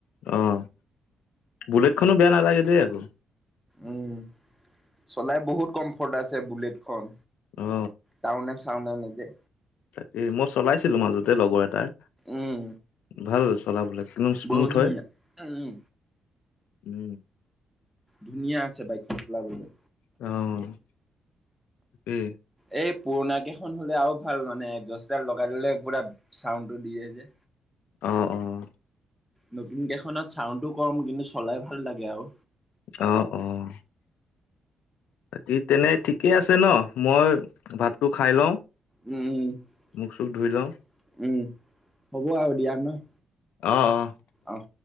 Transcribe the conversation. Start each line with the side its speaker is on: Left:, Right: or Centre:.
Left: অ' বুলেটখনো বেয়া নালাগে দেই আকৌ।
Centre: উম চলাই বহুত কমফৰ্ট আছে বুলেটখন।
Left: অ
Centre: টাউ চাওণ্ডে নিদে।
Left: তাকেই মই চলাইছিলো মাজতে লগৰ এটাৰ
Centre: উম,
Left: ভাল চলাবলে। একদম স্মুথ
Centre: বহুত ধুনীয়া।
Left: হয়
Centre: উম,
Left: উম।
Centre: ধুনীয়া আছে বাইকখন চলাবলৈ।
Left: অ'। কি?
Centre: এই পুৰণা কেইখন হ'লে আৰু ভাল মানে <unintelligible> লগাই ল'লে পুৰা চাউডটো দিয়ে যে।
Left: অ'-অ'।
Centre: নতুন কেইখনত চাউণ্ডো কম কিন্তু চলাই ভাল লাগে আৰু।
Left: অ'-অ'। বাকী তেনে ঠিকেই আছে ন' মই ভাতটো খাই লওঁ।
Centre: উম-উম-উম
Left: মুখ চুখ ধুই লওঁ
Centre: হ'ব আৰু দিয়া ন'।
Left: অ'-অ'
Centre: অ'